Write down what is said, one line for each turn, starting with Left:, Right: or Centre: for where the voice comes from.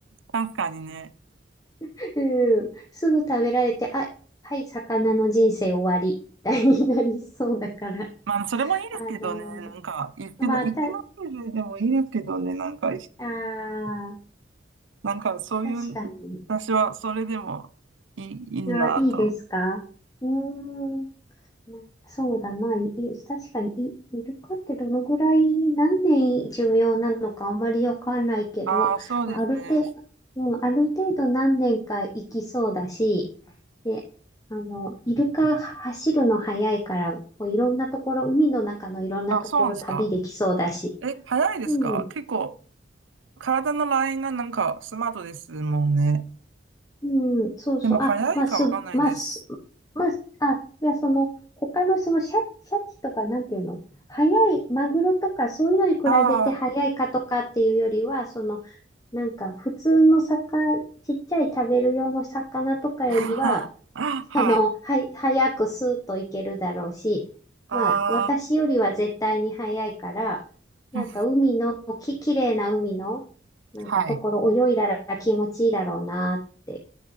Right: 確かにね。
Left: <laughs> うん、すぐ食べられて、あ、はい、魚の人生終わり、みたいになりそうだから、
Right: まあ、それもいいですけどね。
Left: <laughs> あの
Right: なんか、生きの、
Left: まあ、
Right: 生きの種類でもいいですけどね。
Left: た、
Right: なんか、い
Left: あー
Right: なんか、そういう、
Left: 確かに。
Right: 私はそれでもいい、いいなと。
Left: あー、いいですかうーん。なそうだな、い、い確かにい、イルカってどのぐらい、何年寿命なのかあまりわかんないけど、
Right: ああ、そうですね。
Left: まあ、ある程度、もうある程度何年か生きそうだし、で、あの、イルカは走るの早いから、こういろんなところ、海の中のいろんなところ旅できそうだし、
Right: あ、そうなんですか。え、早いですか結構。
Left: うん、
Right: 体のラインがなんかスマートですもんね。
Left: うん、そうそう。
Right: でも早いかわかんないです。
Left: あ、まあ、す、まあ、す、まあ、あ、いや、その、他のそのシャ、シャチとか、なんていうの早い、マグロとか、そういうのに比べて早いかとかっていうよりは、
Right: あ
Left: その、なんか、普通の魚、ちっちゃい食べる用の魚とかよりは、
Right: あ、<laughs> はい。
Left: その、はい、早くスーッといけるだろうし、
Right: ああ、
Left: まあ、私よりは絶対に早いから、なんか、
Right: うん
Left: 海の、き、綺麗な海の、なんか、
Right: はい。
Left: ところ泳いだら気持ちいいだろうなって。